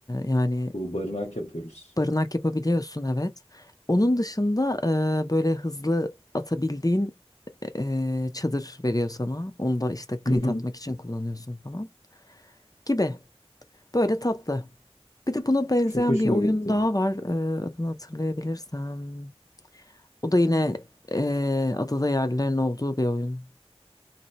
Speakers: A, on the left; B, on the left.
A: yani
B: Bu barınak yapıyoruz.
A: Barınak yapabiliyorsun evet. Onun dışında e, böyle hızlı atabildiğin e, çadır veriyor sana. Onu da işte kayıt
B: Hı hı.
A: atmak için kullanıyorsun falan gibi. Böyle tatlı. Bir de buna benzeyen
B: Çok hoşuma
A: bir oyun
B: gitti.
A: daha var. E, adını hatırlayabilirsem. O da yine e, adada yerlilerin olduğu bir oyun.